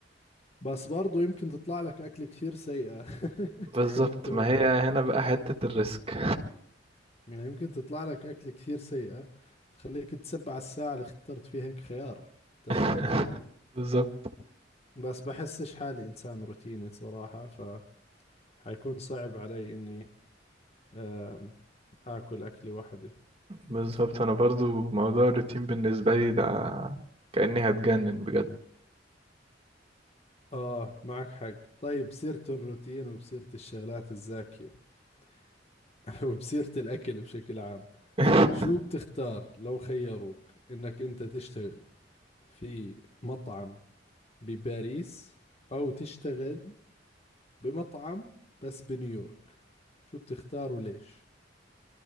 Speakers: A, on the left (about 35°); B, on the right (about 30°).
A: بس برضو يمكن تطلع لك أكل كثير سيئة
B: بالظبط
A: <laughs> تمام
B: ما هي هنا بقى حتة الريسك
A: يعني يمكن تطلع لك أكل كثير سيئة تخليك تسبع الساعة اللي اخترت فيها هيك خيار تمام
B: <laughs> بالظبط
A: بس بحسش حالي إنسان روتيني صراحة فحيكون صعب علي إني آم، آكل أكلي وحدي
B: بالظبط انا برضو موضوع الروتين بالنسبه لي ده كاني هتجنن بجد
A: آه معك حق طيب سيرة الروتين وبسيرة الشغلات الزاكية <laughs> وبسيرة الأكل بشكل عام
B: <laughs>
A: شو بتختار لو خيروك انك انت تشتغل في مطعم بباريس او تشتغل بمطعم بس بنيويورك شو بتختار وليش